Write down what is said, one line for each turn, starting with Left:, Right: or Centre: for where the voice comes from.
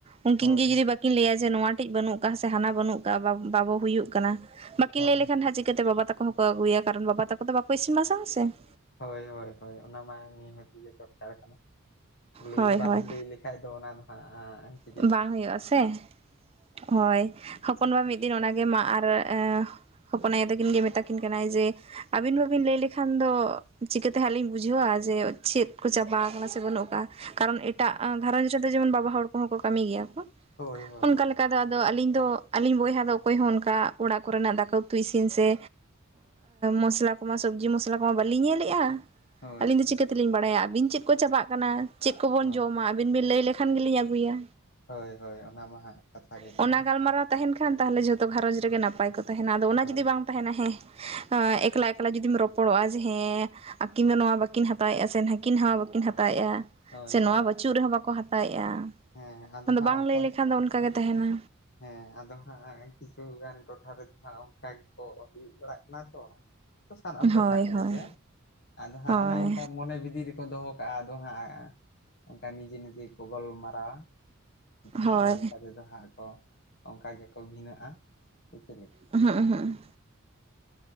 Left: ᱦᱳᱭ
Right: ᱩᱱᱠᱤᱱ ᱜᱮ ᱡᱩᱫᱤ ᱵᱟᱠᱤ ᱠᱤᱱ ᱞᱟᱹᱭᱟ ᱡᱮ ᱱᱚᱣᱟ ᱴᱤᱡ ᱵᱟᱹᱱᱩᱜ ᱠᱟᱜᱼᱟ ᱥᱮ ᱦᱟᱱᱟ ᱵᱟᱹᱱᱩᱜ ᱠᱟᱜᱼᱟ ᱵᱟᱵᱚ ᱦᱩᱭᱩᱜ ᱠᱟᱱᱟ ᱾ ᱵᱟᱠᱤᱱ
Left: ᱦᱳᱭ
Right: ᱞᱟᱹᱭ ᱞᱮᱠᱷᱟᱱ ᱦᱟᱸᱜ ᱪᱤᱠᱟᱹᱛᱮ ᱵᱟᱵᱟ ᱛᱟᱠᱚ ᱦᱚᱸᱠᱚ ᱟᱹᱜᱩᱭᱟ ᱠᱟᱨᱚᱱ ᱵᱟᱵᱟ ᱛᱟᱠᱚ ᱫᱚ ᱵᱟᱠᱚ ᱤᱥᱤᱱ ᱵᱟᱥᱟ ᱟᱥᱮ ᱾
Left: ᱦᱳᱭ ᱦᱳᱭ ᱦᱳᱭ ᱚᱱᱟ ᱢᱟ ᱱᱤᱦᱟᱹᱛ ᱜᱮ ᱫᱚᱨᱠᱟᱨ ᱠᱟᱱᱟ ᱞᱟᱹᱭ
Right: ᱦᱳᱭ
Left: ᱵᱟᱵᱤᱱ
Right: ᱦᱳᱭ
Left: ᱞᱟᱹᱭ ᱞᱮᱠᱷᱟ <unintelligible>
Right: ᱵᱟᱝ ᱦᱩᱭᱩᱜ-ᱟ ᱥᱮ ᱦᱳᱭ ᱦᱚᱯᱚᱱᱵᱟ ᱢᱤᱫ ᱫᱤᱱ ᱚᱱᱟᱜᱮ <unintelligible> ᱦᱚᱯᱚᱱ ᱟᱭᱳ ᱛᱟᱹᱠᱤᱱ ᱜᱮ ᱢᱮᱛᱟᱠᱤᱱ ᱠᱟᱱᱟᱭ ᱡᱮ ᱟᱹᱵᱤᱱ ᱵᱟᱵᱤᱱ ᱞᱟᱹᱭ ᱞᱮᱠᱷᱟᱱ ᱫᱚ ᱪᱤᱠᱟᱹᱛᱮ ᱦᱟᱸᱜ ᱞᱤᱧ ᱵᱩᱡᱷᱟᱹᱣᱟ ᱡᱮ ᱪᱮᱫ ᱠᱚ ᱪᱟᱵᱟ ᱟᱠᱟᱱᱟ ᱥᱮ ᱵᱟᱹᱱᱩᱜ ᱟᱠᱟᱜᱼᱟ᱾ ᱠᱟᱨᱚᱱ ᱮᱴᱟᱜ ᱜᱷᱟᱨᱚᱧᱡᱽ ᱨᱮᱫᱚ ᱡᱮᱢᱚᱱ ᱵᱟᱵᱟ ᱦᱚᱲ ᱠᱚᱦᱚᱸ ᱠᱚ ᱠᱟᱹᱢᱤ ᱜᱮᱭᱟ ᱠᱚ
Left: ᱦᱳᱭ ᱦᱳᱭ
Right: ᱚᱱᱠᱟ ᱞᱮᱠᱟ ᱫᱚ ᱟᱫᱚ ᱟᱹᱞᱤᱧ ᱫᱚ ᱟᱞᱤᱧ ᱵᱚᱭᱦᱟ ᱫᱚ ᱚᱠᱚᱭ ᱦᱚᱸ ᱚᱱᱠᱟ ᱚᱲᱟᱜ ᱠᱚᱨᱮᱱᱟᱜ ᱫᱟᱠᱟ ᱩᱛᱩ ᱤᱥᱤᱱ ᱥᱮ ᱢᱚᱥᱞᱟ ᱠᱚᱢᱟ ᱥᱚᱵᱽᱡᱤ ᱢᱚᱥᱞᱟ ᱠᱚᱢᱟ ᱵᱟᱹᱞᱤᱧ ᱧᱮᱞ ᱮᱜᱼᱟ᱾
Left: ᱦᱳᱭ
Right: ᱟᱹᱞᱤᱧ ᱫᱚ ᱪᱤᱠᱟᱹ ᱛᱮᱞᱤᱧ ᱵᱟᱲᱟᱭᱟ ᱟᱹᱵᱤᱱ ᱪᱮᱫ ᱠᱚ ᱪᱟᱵᱟᱜ ᱠᱟᱱᱟ ᱪᱮᱫ ᱠᱚᱵᱚᱱ
Left: ᱦᱳᱭ
Right: ᱡᱚᱢᱟ ᱟᱹᱵᱤᱱ ᱵᱤᱱ ᱞᱟᱹᱭ ᱞᱮᱠᱷᱟᱱ ᱜᱮᱞᱤᱧ ᱟᱹᱜᱩᱭᱟ
Left: ᱦᱳᱭ ᱦᱳᱭ ᱚᱱᱟ ᱢᱟ ᱦᱟᱸᱜ ᱠᱟᱛᱷᱟᱜ ᱜᱮ
Right: ᱚᱱᱟ
Left: ᱠᱟᱱᱟ᱾
Right: ᱜᱟᱞᱢᱟᱨᱟᱣ ᱛᱟᱦᱮᱱ ᱠᱷᱟᱱ ᱛᱟᱦᱚᱞᱮ ᱡᱷᱚᱛᱚ ᱜᱷᱟᱨᱚᱸᱡᱽ ᱨᱮᱜᱮ ᱱᱟᱯᱟᱭ ᱠᱚ ᱛᱟᱦᱮᱱᱟ ᱟᱫᱚ ᱚᱱᱟ
Left: ᱦᱳᱭ
Right: ᱡᱩᱫᱤ ᱵᱟᱝ ᱛᱟᱦᱮᱱᱟ ᱦᱮᱸ ᱮᱠᱞᱟ ᱮᱠᱞᱟ ᱡᱩᱫᱤᱢ ᱨᱚᱯᱚᱲᱚᱜ-ᱟ ᱡᱮ ᱦᱮᱸ ᱟᱹᱠᱤᱱ ᱫᱚ ᱱᱚᱣᱟ ᱵᱟᱹᱠᱤᱱ ᱦᱟᱛᱟᱣᱮᱜ-ᱟ ᱥᱮ ᱱᱟᱹᱠᱤᱱ ᱱᱚᱣᱟ ᱵᱟᱹᱠᱤᱱ ᱦᱟᱛᱟᱣᱮᱜ-ᱟ᱾
Left: ᱦᱳᱭ
Right: ᱥᱮ ᱱᱚᱣᱟ
Left: ᱦᱳᱭ
Right: ᱵᱟᱹᱪᱩᱜ ᱨᱮᱦᱚᱸ ᱵᱟᱠᱚ ᱦᱟᱛᱟᱣᱮᱜ-ᱟ᱾
Left: ᱦᱮᱸ
Right: ᱟᱫᱚ
Left: ᱦᱟᱸᱜ
Right: ᱵᱟᱝ
Left: ᱚᱱᱠᱟᱱ
Right: ᱞᱟᱹᱭ ᱞᱮᱠᱷᱟᱱ ᱫᱚ ᱚᱱᱠᱟ ᱜᱮ ᱛᱟᱦᱮᱱᱟ᱾
Left: ᱦᱮᱸ ᱟᱫᱚ ᱦᱟᱸᱜ ᱠᱤᱪᱷᱩᱜᱟᱱ ᱴᱚᱴᱷᱟ ᱨᱮᱫᱚ ᱦᱟᱸᱜ ᱚᱱᱠᱟ ᱜᱮᱠᱚ ᱦᱩᱭᱩᱜ ᱵᱟᱲᱟᱜ ᱠᱟᱱᱟ ᱛᱚ ᱥᱟᱱᱟᱢ ᱴᱚᱴᱷᱟ
Right: ᱦᱳᱭ
Left: ᱠᱚᱨᱮᱜᱮ
Right: ᱦᱳᱭ
Left: ᱟᱫᱚ ᱦᱟᱸᱜ
Right: ᱦᱳᱭ
Left: ᱚᱱᱮ ᱚᱱᱠᱟ ᱢᱚᱱᱮ <unintelligible> ᱠᱚ ᱫᱚᱦᱚ ᱠᱟᱜ-ᱟ ᱟᱫᱚ ᱦᱟᱸᱜ ᱚᱱᱠᱟ ᱱᱤᱡᱮ ᱱᱤᱡᱮ ᱠᱚ ᱜᱚᱞᱢᱟᱨᱟᱣᱟ᱾ ᱦᱟᱸᱜ
Right: ᱦᱳᱭ
Left: ᱚᱱᱟ ᱞᱮᱠᱟ ᱛᱮᱫᱚ ᱦᱟᱸᱜ ᱠᱚ ᱚᱱᱠᱟ ᱜᱮᱠᱚ ᱵᱷᱤᱱᱟᱹᱜ-ᱟ ᱥᱮ ᱪᱮᱫ ᱞᱮᱠᱮ?
Right: ᱦᱩᱸ ᱦᱩᱸ